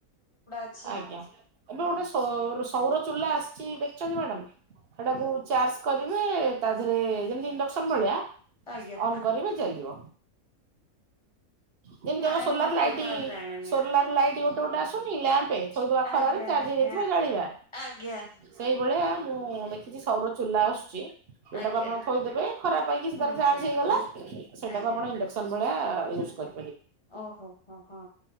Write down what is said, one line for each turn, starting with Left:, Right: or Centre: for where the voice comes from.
Left: ଅଛି
Right: ଆଜ୍ଞା ଏବେ
Left: ହଁ।
Right: ଗୋଟେ ସୌର୍ ସୌର ଚୁଲା ଆସିଚି ଦେଖିଛନ୍ତି ମ୍ୟାଡ଼ାମ୍? ସେଟାକୁ
Left: ଆଜ୍ଞା
Right: ଚାର୍ଜ କରି ଏ ତା ଦେହରେ ଯେମିତି ଇଣ୍ଡକ୍ସନ ଭଳିଆ
Left: ଆଜ୍ଞା
Right: ଅନ୍ କରିବେ ଚାଲିବ। ଯେମିତି
Left: ନାଇଁ
Right: ଆମ ସୋଲାର
Left: ମୁଁ ଏତେ
Right: ଲାଇଟି
Left: କଥା ଆଉ ଜାଣିନି।
Right: ସୋଲାର ଲାଇଟ୍ ଗୋ ତୋଟା ଆସୁନି ଲ୍ୟାମ୍ପେ ଥୋଇଦବା
Left: ଆଜ୍ଞା
Right: ଖରାରେ ଚାର୍ଜ
Left: ଆଜ୍ଞା
Right: ହେଇଯିବ ଜାଳିବା।
Left: ଆଜ୍ଞା
Right: ସେଇଭଳିଆ ମୁଁ ଦେଖିଚି ସୌର ଚୁଲା ଆସୁଚି। ଯୋଉଟାକୁ
Left: ଆଜ୍ଞା
Right: ଆପଣ ଥୋଇଦେବେ ଖରା ପାଇକି ସେ
Left: ହୁଁ
Right: ତାର ଚାର୍ଜ
Left: ହୁଁ
Right: ହେଇଗଲା। ସେଟାକୁ
Left: ଆଜ୍ଞା।
Right: ଆପଣ ଇଣ୍ଡକ୍ସନ୍ କଡା ୟୁଜ୍ କର
Left: ଓହୋ ହଁ, ହଁ।